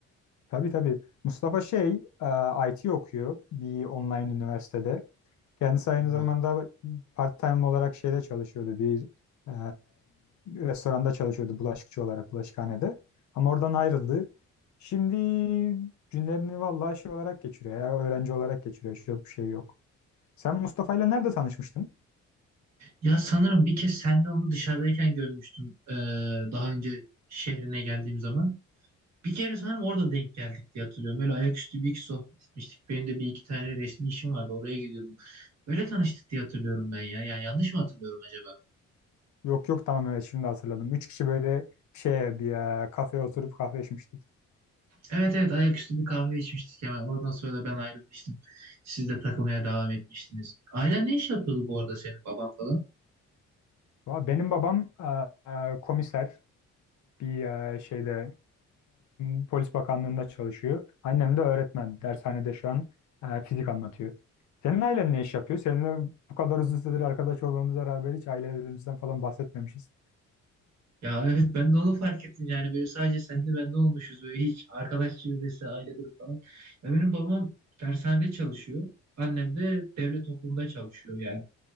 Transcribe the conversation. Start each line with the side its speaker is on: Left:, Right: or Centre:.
Left: Tabii tabii. Mustafa şey, e, IT okuyor bir online üniversitede. Kendisi aynı
Right: Hmm.
Left: zamanda part-time olarak şeyde çalışıyordu. Bir e, restoranda çalışıyordu bulaşıkçı olarak bulaşıkhanede. Ama oradan ayrıldı. Şimdi günlerini vallahi şey olarak geçiriyor ya, öğrenci olarak geçiriyor. Hiç Yok bir şey yok. Sen Mustafa'yla nerede tanışmıştın?
Right: Ya sanırım bir kez senle onu dışarıdayken görmüştüm. Ee, daha önce şehrine geldiğim zaman. Bir kere sanırım orada denk geldik diye hatırlıyorum. Böyle ayaküstü bir iki sohbet etmiştik. Benim de bir iki tane resmi işim vardı. Oraya gidiyordum. Öyle tanıştık diye hatırlıyorum ben ya. Ya yanlış mı hatırlıyorum acaba?
Left: Yok yok tamam evet şimdi hatırladım. Üç kişi böyle şeye bir e, kafeye oturup kahve içmiştik.
Right: Evet evet ayaküstü bir kahve içmiştik hemen. Ondan sonra da ben ayrılmıştım. Siz de takılmaya devam etmiştiniz. Ailen ne iş yapıyordu bu arada senin baban falan?
Left: Va- Benim babam e, e, komiser. bir e, şeyde e, Polis Bakanlığı'nda çalışıyor. Annem de öğretmen. Dershanede şu an e, fizik anlatıyor. Senin ailen ne iş yapıyor? Seninle bu kadar uzun süredir arkadaş olmamıza rağmen hiç ailelerimizden falan bahsetmemişiz.
Right: Ya evet ben de onu fark ettim yani böyle sadece sen de ben de olmuşuz böyle hiç arkadaş çevresi ailedir falan. Ya benim babam dershanede çalışıyor. Annem de devlet okulunda çalışıyor yani.